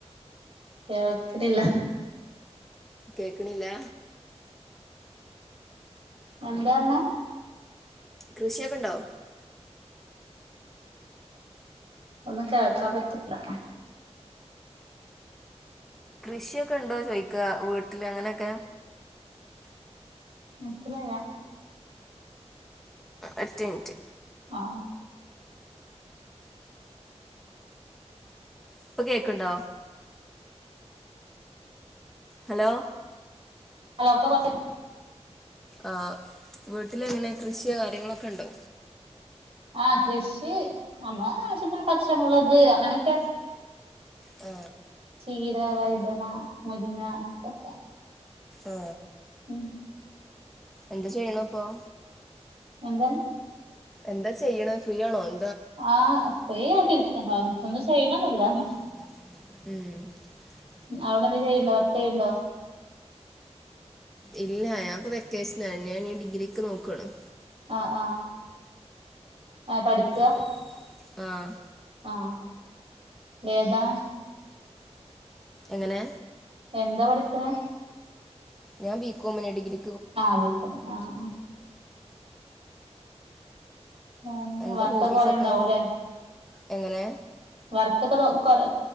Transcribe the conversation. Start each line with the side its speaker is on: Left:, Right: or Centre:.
Right: കേൾക്കുന്നില്ല.
Centre: കേക്കണില്ല?
Right: എന്തന്ന്
Centre: കൃഷിയൊക്കെ ഉണ്ടോ?
Right: ഒന്നും കേൾക്കാ പറ്റണില്ല
Centre: കൃഷിയൊക്കെ ഉണ്ടോ ചോയ്ക്ക വീട്ടില് അങ്ങനെയൊക്കെ
Right: മനസ്സിലായില്ലാ
Centre: ഒറ്റമിനിറ്റ്
Right: ആ
Centre: ഇപ്പൊ കേക്ക്ണ്ടോ? ഹലോ
Right: അല്ല ഒപ്പ <inaudible>
Centre: ആ വീട്ടിലെങ്ങനെ കൃഷിയോ കാര്യങ്ങളൊക്കെണ്ടോ
Right: ആ കൃഷി നമ്മളാവശ്യത്തിന് പച്ചമുളക് അങ്ങനെയൊക്കെ
Centre: ആ
Right: ചീര, വഴുതന, മുരിങ്ങ അങ്ങൻത്തോക്കെ
Centre: ആ
Right: ഉം
Centre: എന്ത് ചെയ്യുന്നത് ഇപ്പോൾ
Right: എന്തണ്
Centre: എന്താ ചെയ്യുന്നത് ഫ്രീ ആണോ എ
Right: ആ ഫ്രീയായിട്ടിരിക്ക ഒന്നും ചെയ്യുന്നില്ല
Centre: ഉം
Right: അവിടെ എന്തെ ചെയ്യുന്നേ വർക്ക് ചെയ്യുന്നുണ്ടോ
Centre: ഇല്ല ഇപ്പോ വെക്കേഷൻ അല്ലേ ഞാൻ ഇനി ഡിഗ്രിക്ക് നോക്കണം
Right: ആ ആ ആ പഠിക്ക
Centre: അപ്പൊ ആഹ്
Right: ആ ഏതാണ്
Centre: എങ്ങനെ
Right: എന്താ പഠിക്കുന്നത്
Centre: ഞാൻ ബികോമിന് ഡിഗ്രി
Right: ആ ബികോമ് ആ ആ ആ
Centre: എന്താ
Right: വർക്കൊക്കെ
Centre: ഹോബീസൊക്കെ
Right: കുറെ ഉണ്ടാവും
Centre: എങ്ങനെ
Right: വർക്ക് ഒക്കെ കുറെ